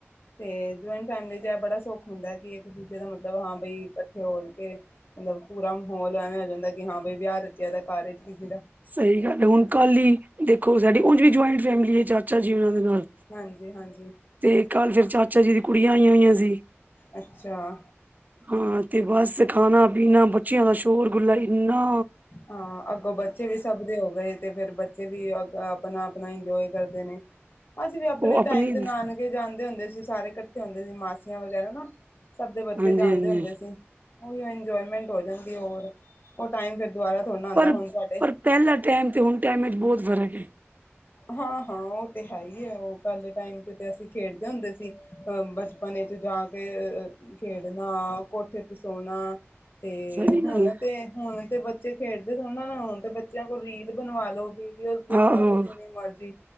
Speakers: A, on the left; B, on the right.
A: ਤੇ ਜੁਆਇੰਟ ਫੈਮਿਲੀ ਚ ਬੜਾ ਸੁਖ ਹੁੰਦਾ ਹੈ, ਕਿ ਇੱਕ ਦੂਜੇ ਦਾ ਮਤਲਬ ਹਾਂ ਬਈ ਇਕੱਠੇ ਹੋ ਕੇ। ਮਤਲਬ ਪੂਰਾ ਮਾਹੌਲ ਐਵੇਂ ਹੋ ਜਾਂਦਾ, ਕਿ ਹਾਂ ਬਈ ਵਿਹ ਰਚਿਆ ਦਾ ਕਾਰ ਕਿਸੇ ਦਾ।
B: ਸਹੀ ਗੱਲ ਹੈ, ਹੁਣ ਕੱਲ ਹੀ ਦੇਖੋ ਸਾਡੀ ਉਝ ਵੀ ਜੁਆਇੰਟ ਫੈਮਿਲੀ ਹੈ ਚਾਚਾ ਜੀ ਉਹਨਾਂ ਦੇ ਨਾਲ।
A: ਹਾਂਜੀ ਹਾਂਜੀ
B: ਤੇ ਕੱਲ੍ਹ ਫਿਰ ਚਾਚਾ ਜੀ ਦੀ ਕੁੜੀਆਂ ਆਈਆਂ ਹੋਈਆਂ ਸੀ।
A: ਅੱਛਾ
B: ਹਾਂ ਤੇ ਬਸ ਖਾਣਾ ਪੀਣਾ ਬੱਚਿਆਂ ਦਾ ਸ਼ੋਰ ਗੁਲਾ ਇਨਾ।
A: ਹਾਂ ਅੱਗੋਂ ਬੱਚੇ ਵੀ ਸਭ ਦੇ ਹੋ ਗਏ। ਤੇ ਫੇਰ ਬੱਚੇ ਵੀ ਅ ਆਪਣਾ-ਆਪਣਾ ਇੰਜੋਏ ਕਰਦੇ ਨੇ ਅਸੀ ਵੀ ਆਪਣੇ
B: ਉਹ ਆਪਣੀ
A: ਟਾਈਮ ਦੇ ਨਾਨਕ। ਜਾਂਦੇ ਹੁੰਦੇ ਸੀ ਸਾਰੇ ਇਕੱਠੇ ਹੁੰਦੇ ਸੀ, ਮਾਸੀਆਂ ਵਗੈਰਾ ਨਾ ਸਭ ਦੇ ਬੱਚੇ
B: ਹਾਂਜੀ
A: ਜਾਂਦੇ
B: ਹਾਂਜੀ
A: ਹੁੰਦੇ ਸੀ। ਉਹੀ ਇੰਜੋਮੈਂਟ ਹੋ ਜਾਂਦੀ ਹੈ, ਹੋਰ ਉਹ ਟਾਈਮ ਫਿਰ ਦੁਬਾਰਾ ਥੋੜੀ ਨਾ ਆਉਂਦਾ
B: ਪਰ
A: ਹੈ, ਹੁਣ ਤੁਡੇ
B: ਪਰ ਪਹਿਲਾ ਟਾਈਮ ਤੇ ਹੁਣ ਟਾਈਮ ਵਿੱਚ ਬਹੁਤ ਫ਼ਰਕ ਏ।
A: ਹਾਂ-ਹਾਂ, ਉਹ ਤੇ ਹੈ ਹੀ ਹੈ, ਉਹ ਪਹਿਲਾ ਟਾਈਮ ਤੇ ਤੇ ਅਸੀਂ ਖੇਡਦੇ ਹੁੰਦੇ ਸੀ, ਅ ਬਚਪਨ ਚ ਜਾ ਖੇਡਣਾ, ਕੋਠੇ ਤੇ ਸੋਣਾ ਤੇ
B: ਸਹੀ
A: ਹੁਣ
B: ਗੱਲ
A: ਤੇ ਹੁਣ ਤੇ ਬੱਚੇ ਖੇਡਦੇ ਥੋੜਾ ਨਾ ਹੁਣ ਤੇ ਬੱਚਿਆਂ ਕੋਲ ਰੀਲ ਬਣ ਲੋ, ਵੀਡੀਓਜ਼ ਬਣਵਾ
B: ਆਹੋ
A: ਲੋ। ਜਿੰਨੀ ਮਰਜ਼ੀ